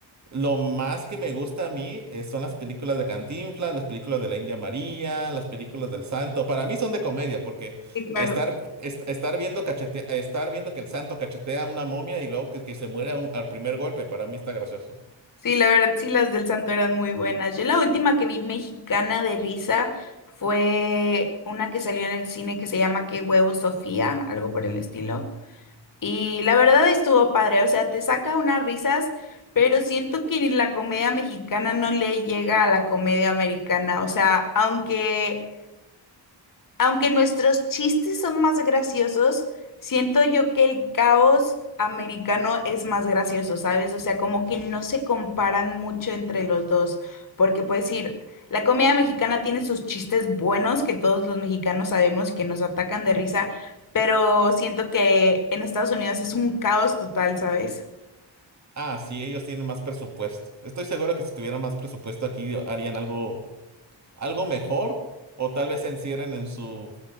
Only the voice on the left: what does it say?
Sí, claro.
Sí, la verdad, sí, las del Santo eran muy buenas. Yo la última que vi mexicana de risa fue una que salió en el cine que se llama Qué huevo, Sofía, algo por el estilo. Y la verdad estuvo padre, o sea, te saca unas risas, pero siento que ni la comedia mexicana no le llega a la comedia americana, o sea, aunque aunque nuestros chistes son más graciosos, siento yo que el caos americano es más gracioso, ¿sabes? O sea, como que no se comparan mucho entre los dos, porque puedes decir, la comida mexicana tiene sus chistes buenos que todos los mexicanos sabemos que nos atacan de risa, pero siento que en Estados Unidos es un caos total, ¿sabes?